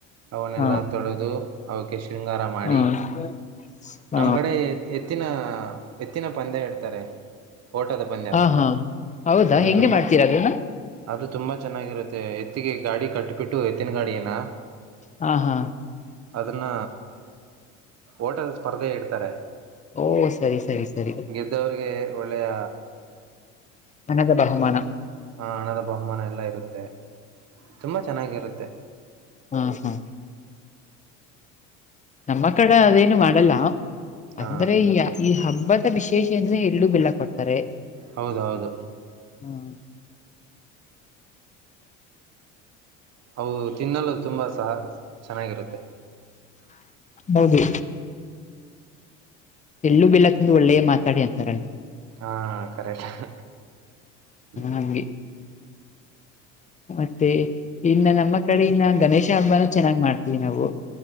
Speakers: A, on the right; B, on the left.
A: ಅವನ್ನೆಲ್ಲಾ
B: ಹ
A: ತೊಳೆದು ಅವಕ್ಕೆ ಶೃಂಗಾರ ಮಾಡಿ
B: ಹ ಹ
A: ನಮ್ಮ ಕಡೆ ಎತ್ತಿನ ಹ ಎತ್ತಿನ ಪಂದ್ಯ ಇಡ್ತಾರೆ ಓಟದ ಪಂದಯ
B: ಹ ಹಾ ಹೌದಾ
A: ಅದು
B: ಹೆಂಗೆ
A: ತುಂಬಾ
B: ಮಾಡ್ತೀರಾ ಅದನ್ನ
A: ಅದು ತುಂಬ ಚೆನ್ನಾಗಿರುತ್ತೆ ಎತ್ತಿಗೆ ಗಾಡಿ ಕಟ್ಟಿಬಿಟ್ಟು ಎತ್ತಿನ ಗಾಡಿಯನ್ನು
B: ಹಾ ಹಾ
A: ಅದನ್ನ ಓಟದ ಸ್ಪರ್ಧೆ ಇಡ್ತಾರೆ
B: ಓ ಸರಿ ಸರಿ ಸರಿ
A: ಗೆದ್ದವರಿಗೆ ಒಳ್ಳೆಯ
B: ನನಗೆ <unintelligible> ಬಹುಮಾನ
A: ಹಣದ ಬಹುಮಾನ ಎಲ್ಲ ಇರುತ್ತೆ ತುಂಬ ಚೆನ್ನಾಗಿರುತ್ತೆ
B: ಹ್ಮ್ ಹ್ಮ್ ನಮ್ಮ ಕಡೆ ಅದೇನು ಮಾಡಲ್ಲ
A: ಹಾಂ
B: ಅಂದ್ರೆ ಈ ಈ ಹಬ್ಬದ ವಿಶೇಷ ಎಲ್ಲು ಬೆಲ್ಲ ಕೊಡ್ತಾರೆ
A: ಹೌದ ಹೌದು
B: ಹ್ಮ
A: ಹೌದು ತಿನ್ನಲು ತುಂಬಾ ಸ ಚೆನ್ನಾಗಿರುತ್ತೆ. <inaudible>
B: ಹೌದು ಎಲ್ಲು ಬೆಲ್ಲ ತಿಂದು ಒಳ್ಳೆಯ ಮಾತಾಡಿ ಅಂತಾರ.
A: ಹಾ ಕರೆಕ್ಟ್. <inaudible>
B: ಹಂಗೆ ಮತ್ತೆ ಇನ್ನ ನಮ್ಮ ಕಡೆ ಇನ್ನ ಗಣೇಶ ಹಬ್ಬಾನ ಚೆನ್ನಾಗ್ ಮಾಡ್ತೀವಿ ನಾವು.